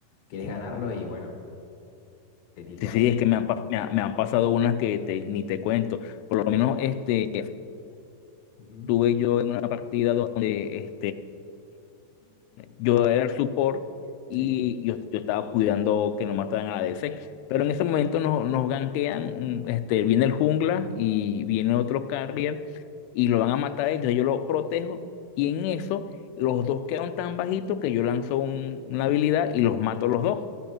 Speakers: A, on the left (about 70°); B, on the left (about 85°).
A: querés ganarlo y bueno, te tilteás.
B: Sí, sí, es que me han, pa- me ha- me han pasado unas que te- ni te cuento, por lo menos este,
A: Ujú,
B: tuve yo en una partida donde... yo era el support y
A: Sí,
B: yo, yo estaba cuidando que no mataran a la DC. Pero en ese momento nos, nos gankean, mm, este, viene el jungla y viene otro carrier y lo van a matar a ellos. Yo lo protejo y en eso los dos quedan tan bajitos que yo lanzo un- una habilidad y los mato a los dos.